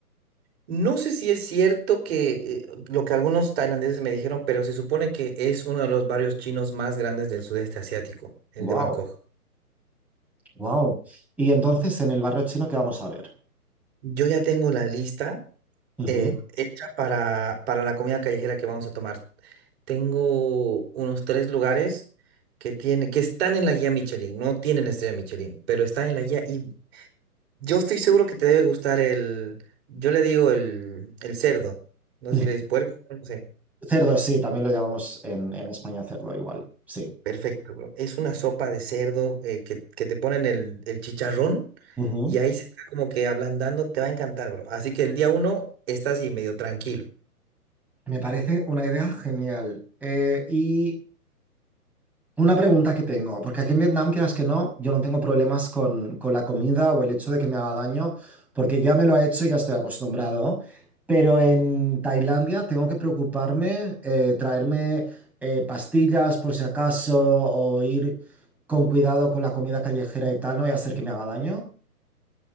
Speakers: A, on the right (about 40°); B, in the centre.
A: No sé si es cierto que eh, lo que algunos tailandeses me dijeron, pero se supone que es uno de los barrios chinos más grandes del sudeste asiático, el
B: Wow,
A: de Bangkok.
B: wow. Y entonces, en el barrio chino, ¿qué vamos a ver?
A: Yo ya tengo la lista
B: Ujú,
A: eh, hecha para, para la comida callejera que vamos a tomar. Tengo unos tres lugares que, tiene, que están en la guía Michelin, no tienen estrella Michelin, pero están en la guía y Yo estoy seguro que te debe gustar el, yo le digo el, el cerdo, no
B: ujú.
A: sé si le dices puerco, no sé.
B: Cerdo, sí, también lo llamamos en, en España cerdo igual, sí.
A: Perfecto, bro. Es una sopa de cerdo eh, que, que te ponen el, el chicharrón
B: Ujú.
A: y ahí se está como que ablandando, te va a encantar, bro. Así que el día uno estás así medio tranquilo.
B: Me parece una idea genial. Eh, y Una pregunta que tengo, porque aquí en Vietnam, quieras que no, yo no tengo problemas con, con la comida o el hecho de que me haga daño, porque ya me lo ha hecho y ya estoy acostumbrado. Pero en Tailandia tengo que preocuparme, eh, traerme eh, pastillas por si acaso, o ir con cuidado con la comida callejera y tal, no voy a hacer que me haga daño.